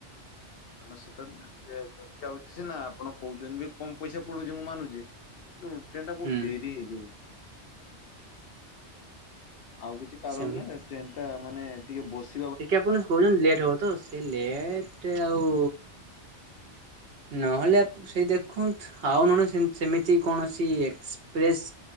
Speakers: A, on the left; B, on the right.
A: ଜନସତାବ୍ଦି ଯଦି ଯାଉଛି ସିନା ଆପଣ କହୁଛନ୍ତି ବି କମ ପଇସା ପଡୁଛି ମୁଁ ମାନୁଛି। କିନ୍ତୁ ଟ୍ରେନ ଟା ବହୁତ
B: ହୁଁ
A: ଡେରି ହେଇଯିବ। ଆଉ କିଛି କାରଣ
B: ସେମିତି
A: ନା ଟ୍ରେନ ଟା ମାନେ ଟିକେ ବସି
B: ଟିକେ ଆପଣ କହୁଛନ୍ତି ଲେଟ୍ ହବ ତ ସେ ଲେଟ୍ ଆଉ ନହେଲେ ସେଇ ଦେଖନ୍ତୁ ଆଉ ନହେନେ ସେମିତି କୌଣସି ଏକ୍ସପ୍ରେସ୍।